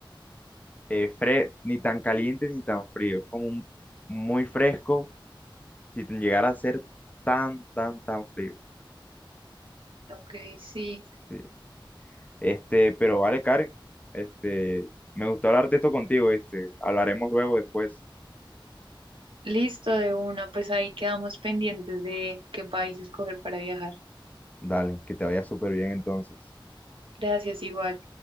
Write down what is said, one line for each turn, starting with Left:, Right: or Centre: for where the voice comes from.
Left: eh, fre- ni tan caliente ni tan frío, es como un- muy fresco si te llegara a ser tan, tan, tan frío.
Right: Ok, sí,
Left: Sí. Este, pero vale, Karen, este, me gustó hablar de esto contigo, este, hablaremos luego después.
Right: listo de una, pues ahí quedamos pendientes de qué país escoger para viajar.
Left: Dale, que te vaya súper bien entonces.
Right: Gracias, igual.